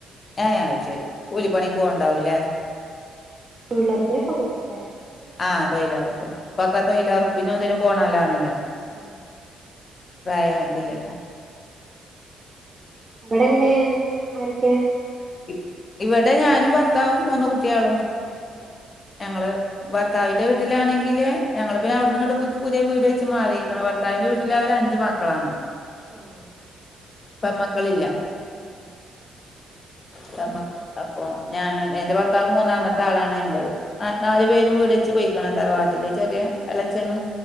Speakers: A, on the left; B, on the right.
A: ഏഹ് അയ്ശരി കൂലിപ്പണിക്ക് പോവ്ണ്ടാവുല്ലേ
B: തൊയിലൊറപ്പിനൊക്കെ പോവും വേറെ പിന്നങ്ങനെ
A: ആഹ് തൊയിലൊറപ്പ് ഇപ്പൊക്കെ തൊഴയിലൊറപ്പിനും ഇതിനും പോണോലാണല്ലോ
B: ആഹ്
A: പയേ ഇതില്
B: അവിടെങ്ങനെ ആരൊക്കെയാ
A: ഇ ഇവിടെ ഞാനും ഭർത്താവും മൂന്ന് കുട്ട്യാളും
B: ആഹ്
A: ഞങ്ങള് ഭർത്താവിന്റെ വീട്ടിലാണെങ്കില് ഞങ്ങള് പിന്നെ അവ്ട്ന്ന്ങ്ങട്ട് പു പുതിയ വീട് വെച്ച് മാറീക്ക്ണ് ഭർത്താവിന്റെ വീട്ടിലവരഞ്ച് മ ക്കളാണ്
B: ആഹ്
A: പെമ്മക്കളില്ല
B: ഉം ഉം
A: പെമ്മക്ക് അപ്പൊ ഞാ എന്റെ ഭർത്താവ് മൂന്നാമത്താളാണ് ഞങ്ങള് അ നാല് പേരും വീടെച്ച് പൊയ്ക്ക്ണ് തറവാട്ടില് ചെറിയേ എളച്ചനും